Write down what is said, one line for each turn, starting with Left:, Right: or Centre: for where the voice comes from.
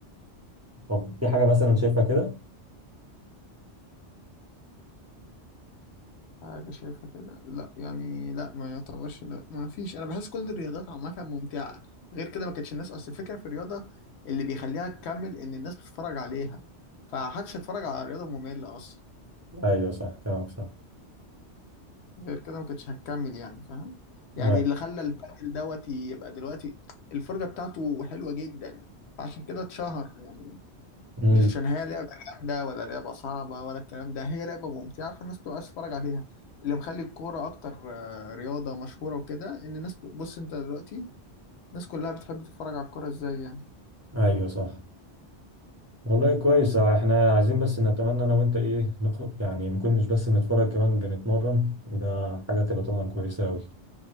Right: طب في حاجة مثلا شايفها كده؟
Left: حاجة شايفها كده لا يعني لا ما يعتبرش لا ما فيش أنا بحس كل الرياضات عامة ممتعة غير كده ما كانتش الناس أصل الفكرة في الرياضة اللي بيخليها تكمل إن الناس بتتفرج عليها فمحدش هيتفرج على رياضة مملة أصلا
Right: أيوه صح كلامك صح
Left: غير كده ما كانتش هتكمل يعني فاهم يعني
Right: أيوه
Left: اللي خلى البادل دوت يبقى دلوقتي الفرجة بتاعته حلوة جدا فعشان كده اتشهر يعني
Right: أمم،
Left: مش عشان هي لعبة جامدة ولا لعبة صعبة ولا الكلام ده هي لعبة ممتعة فالناس بتبقى عايز تتفرج عليها اللي مخلي الكورة أكتر آه، رياضة مشهورة وكده إن الناس بص أنت دلوقتي الناس كلها بتحب تتفرج على الكورة إزاي يعني
Right: أيوه صح والله كويس احنا عايزين بس نتمنى انا وانت ايه نخ... يعني نكون مش بس بنتفرج كمان بنتمرن وده حاجة هتبقى طبعا كويسة اوي